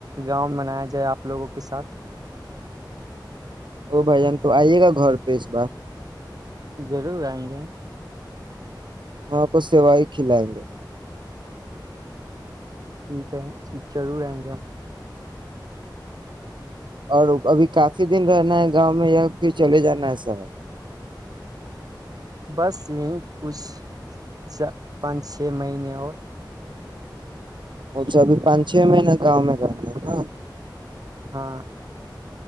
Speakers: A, on the right; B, on the right.
A: گاؤں منایا جائے اپ لوگوں کے ساتھ
B: ا بھ جان تو آئیے گا گھر پہ اس بار
A: ضرور ائیں گے
B: اپ اس سے بھائی کھلائیں گے
A: ٹھیک ہے ضرور آئیں گے ہم
B: اور ابھی کافی دن رہنا ہے گاؤں میں یا پھر چلے جانا ہے سفر
A: بس یہیں کچھ چ پانچ چھ مہینے اور
B: اھا ابھی پانچ چھ مہین گاؤں میں رہنا ہے نا
A: ہاں